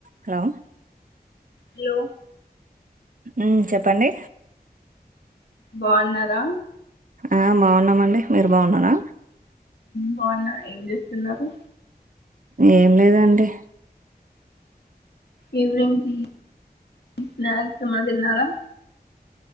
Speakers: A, on the right; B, on the left.
A: Hello
B: hello
A: ఉమ్ చెప్పండి
B: బాగున్నారా
A: ఆ బాగున్నామండి మీరు బాగున్నారా
B: బావున్నా ఏం చేస్తున్నారు
A: ఏం లేదండి
B: ఈవినింగ్ టీ స్నాక్స్ ఏమన్న తిన్నారా